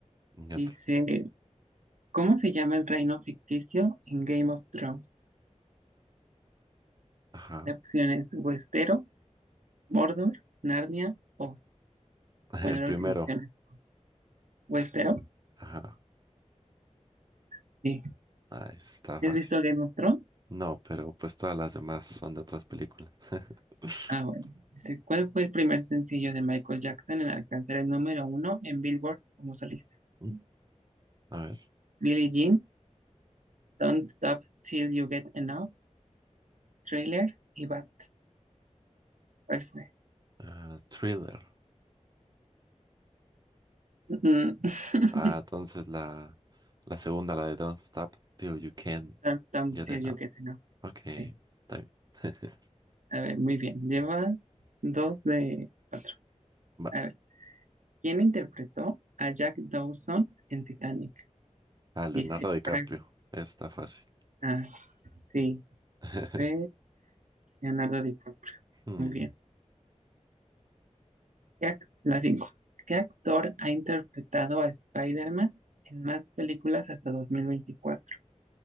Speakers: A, on the right; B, on the right.
A: Ñato.
B: Dice, ¿cómo se llama el reino ficticio en Game of Thrones?
A: Ajá.
B: La opción es Westeros, Mordor, Narnia, Oz.
A: <laughs>
B: Bueno,
A: El
B: la
A: primero.
B: última opción es Oz. Westeros.
A: Ajá.
B: Sí.
A: Ah, ese está fácil.
B: ¿Has visto Game of Thrones?
A: No, pero pues todas las demás son de otras películas. <laughs>
B: Ah, bueno. Dice, ¿cuál fue el primer sencillo de Michael Jackson en alcanzar el número uno en Billboard como solista?
A: Mm. A ver.
B: Billie Jean, Don't Stop Till You Get Enough, Trailer y Bad. ¿Cuál fue?
A: ah, thriller.
B: Mm, <laughs>
A: Ah, entonces la, la segunda, la de Don't Stop Till You Can
B: Don't Stop
A: Get
B: Till
A: Enough.
B: You Get Enough.
A: Ok,
B: Sí.
A: está bien. <laughs>
B: A ver, muy bien. Llevas dos de cuatro.
A: Va.
B: A ver, ¿quién interpretó a Jack Dawson en Titanic?
A: Ah, Leonardo
B: Dice,
A: DiCaprio.
B: Frank-
A: Está fácil.
B: ah, sí,
A: <laughs>
B: fue Leonardo DiCaprio.
A: Hmm,
B: Muy bien. ¿Qué ac- La 5. ¿Qué actor ha interpretado a Spider-Man en más películas hasta 2024?